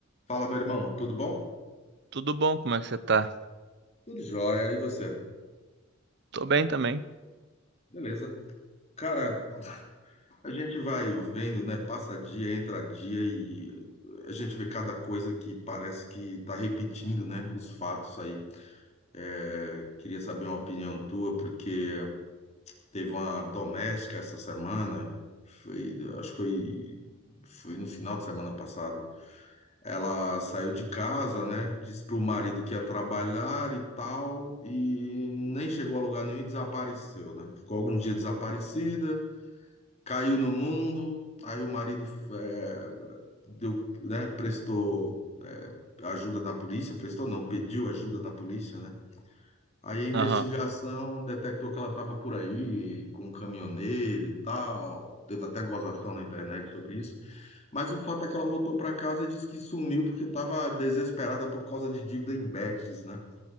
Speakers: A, on the left (about 35°); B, on the right (about 60°).
A: Fala, meu irmão, tudo bom?
B: Tudo bom? Como é que você tá?
A: Tudo jóia, e você?
B: Tô bem também.
A: Beleza. Cara, a gente vai vendo, né? Passa dia, entra dia e a gente vê cada coisa que parece que tá repetindo, né? Os fatos aí. É, queria saber uma opinião tua, porque teve uma doméstica essa semana, foi, acho que foi, foi no final de semana passado. Ela saiu de casa, né? Disse para o marido que ia trabalhar e tal, e nem chegou a lugar nenhum e desapareceu, né? Ficou alguns dias desaparecida, caiu no mundo. Aí o marido eh, deu, né? Prestou eh, ajuda na polícia, prestou não, pediu ajuda na polícia, né? Aí a investigação
B: Aham.
A: detectou que ela estava por aí com um caminhoneiro e tal. Teve até gozação na internet sobre isso. Mas o fato é que ela voltou para casa e disse que sumiu porque estava desesperada por causa de dívida em bets, né?